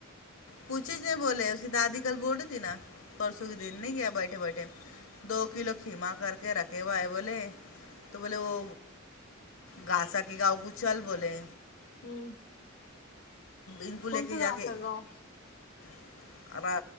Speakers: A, on the left; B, on the left.
A: کچھچ نہیں بولے اس کی دادی کل بوول تھی نا پرسوں کے دن نہیں کیا بیٹھے بیٹھے دو کلو کھیما کر کے رکھے ہواائے بولے تو بولے وہ گھاسا کے گاؤں کو چل بولے
B: ہوں
A: ان کو
B: کون
A: لے کے
B: س
A: جا
B: گاس
A: کے
B: ہے گاؤ
A: وہ